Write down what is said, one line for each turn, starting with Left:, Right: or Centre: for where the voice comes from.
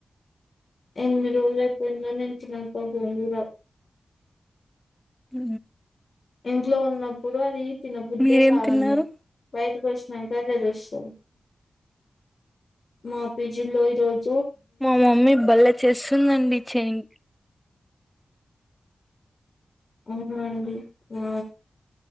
Left: ఎనిమిది రోజులు అయిపోయింద ఎంతినప గోంగూర
Centre: హ
Left: ఇంట్లో ఉన్నప్పుడు అది తినబుద్దే
Centre: మీరేం
Left: కాదండి
Centre: తిన్నారు
Left: వైట ఒడిసినంక తెలుస్తది మా పేజీలో ఈరోజు
Centre: మా మమ్మీ బల్ల చేస్తుందండి చైన్
Left: అవునా అండి ఆ